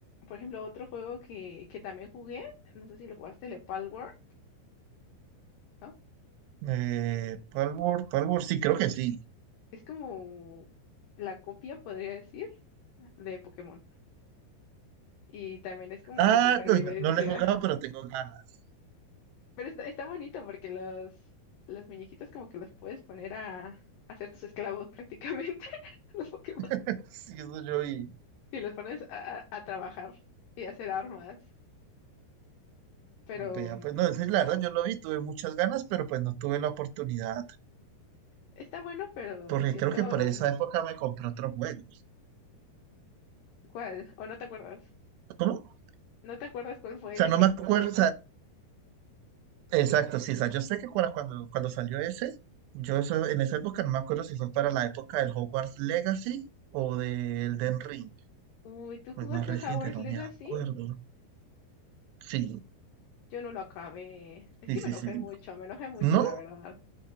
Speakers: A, on the left; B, on the right.
A: por ejemplo, otro juego que, que también jugué, no sé si lo jugaste, el Palworld, ¿no?
B: Eh, Palworld, Palworld, sí, creo que sí.
A: Es como la copia, podría decir, de Pokémon. Y también es como
B: Ah,
A: de supervivencia.
B: no, no, no le he jugado, pero tengo ganas.
A: Pero está, está bonito porque los, los muñequitos como que los puedes poner a, a hacer tus esclavos prácticamente, <laughs> los Pokémon.
B: <laughs> Sí, eso yo y
A: Y los pones a, a- a trabajar y a hacer armas. Pero
B: vea,
A: mm,
B: pues no, ese, la verdad yo lo vi, tuve muchas ganas, pero pues no tuve la oportunidad,
A: está bueno, pero
B: porque
A: siento...
B: creo que por esa
A: mm,
B: época me compré otro juego.
A: ¿Cuál? ¿O no te acuerdas?
B: ¿Cómo? O
A: ¿No te acuerdas cuál fue
B: sea,
A: el
B: no
A: que
B: me acuerdo,
A: compraste?
B: Exacto, sí, o sea, yo sé que cua- cuando, cuando salió ese, yo eso- en esa época no me acuerdo si fue para la época del Hogwarts Legacy o del Den Ring,
A: Uy, ¿tú
B: pues
A: jugaste
B: más reciente,
A: Hogwarts
B: no
A: Legacy?
B: me acuerdo. Sí,
A: Yo no lo acabé. Es
B: sí,
A: que
B: sí,
A: me enojé
B: sí.
A: mucho, me enojé mucho,
B: ¿No?
A: la verdad.